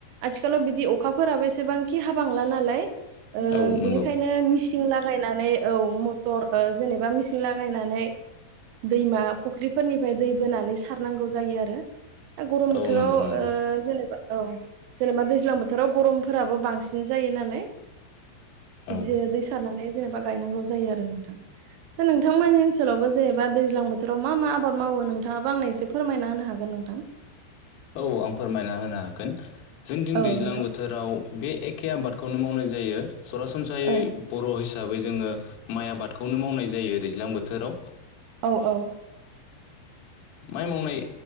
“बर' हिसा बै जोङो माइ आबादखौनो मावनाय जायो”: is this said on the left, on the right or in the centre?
Left